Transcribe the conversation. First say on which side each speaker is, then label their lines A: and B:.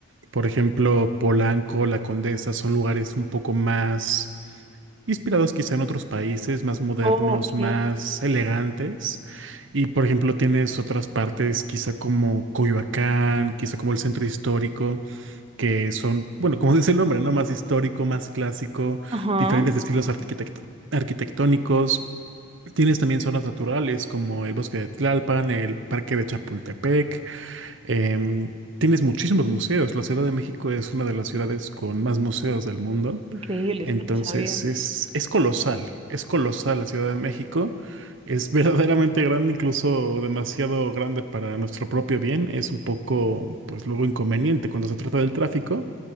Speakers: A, on the right; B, on the right.
A: Por ejemplo, Polanco, La Condesa son lugares un poco más inspirados quizá en otros países más modernos,
B: Ok,
A: más elegantes. Y por ejemplo, tienes otras partes, quizá como Coyoacán, quizá como el centro histórico, que son, bueno, como dice el nombre, ¿no? Más histórico, más clásico,
B: ajá,
A: diferentes estilos arquitect- arquitectónicos. Tienes también zonas naturales como el bosque de Tlalpan, el parque de Chapultepec. em, tienes muchísimos museos. La Ciudad de México es una de las ciudades con más museos del mundo.
B: increíbles,
A: Entonces
B: no lo sabía.
A: es, es colosal, es colosal la Ciudad de México, es verdaderamente grande, incluso demasiado grande para nuestro propio bien, es un poco, pues luego inconveniente cuando se trata del tráfico,